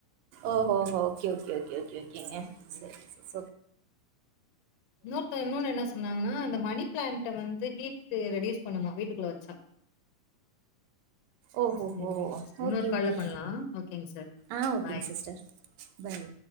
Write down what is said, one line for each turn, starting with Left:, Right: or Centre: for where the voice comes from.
Right: ஓஹோ ஹோ ஓக்கே ஓக்கே ஓக்கே ஓக்கே ஓக்கேங்க சரி ச சொ
Left: இன்னோர்த்தங் இன்னொன்னு என்ன சொன்னாங்ன்னா இந்த மணி பிளான்ட் வந்து ஹீட்டு ரெடியூஸ் பண்ணுமா வீட்டுக்குள்ள வச்சா
Right: ஓஹோஹோ
Left: சரிங்க சிஸ்டர் இன்னோர்
Right: ஓகே
Left: கால்ல
Right: ஓகே
Left: பண்லா ஓகேங் சார்
Right: ஆ ஓகேங்க
Left: பாய்
Right: சிஸ்டர் பாய்